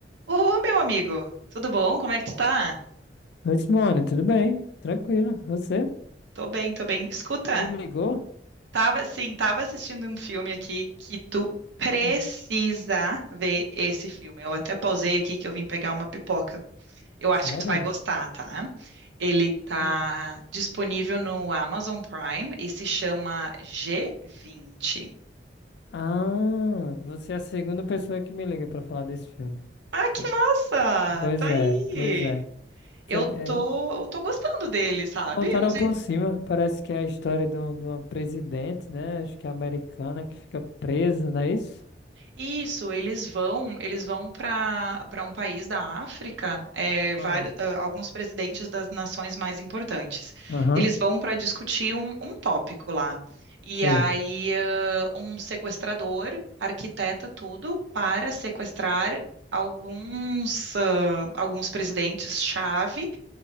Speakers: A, on the right; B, on the left.
A: Ô, meu amigo, tudo bom? Como é que tu tá?
B: Oi, Simone, tudo bem? Tranquilo. Você
A: Tô bem, tô bem. Escuta,
B: me ligou?
A: tava, sim, tava assistindo um filme aqui que tu precisa
B: Sim.
A: ver esse filme. Eu até pausei aqui que eu vim pegar uma pipoca. Eu acho
B: Sério?
A: que tu vai gostar, tá? Ele tá
B: Hum.
A: disponível no Amazon Prime e se chama G20.
B: Ah, você é a segunda pessoa que me liga pra falar desse filme.
A: Ah, que massa!
B: Pois
A: Tá
B: é,
A: aí.
B: pois é.
A: Eu
B: Sério, é,
A: tô, eu tô gostando dele, sabe?
B: Contaram
A: Eu Não sei.
B: por cima, parece que é a história de, um- de uma presidente, né? Acho que é americana que fica presa, não é isso?
A: Isso, eles vão, eles vão para para um país da África, é, vários,
B: Ah.
A: ah, alguns presidentes das nações mais importantes.
B: Aham,
A: Eles vão para discutir um, um tópico lá. E
B: sei.
A: aí, ah, um sequestrador arquiteta tudo para sequestrar alguns, ah, alguns presidentes-chave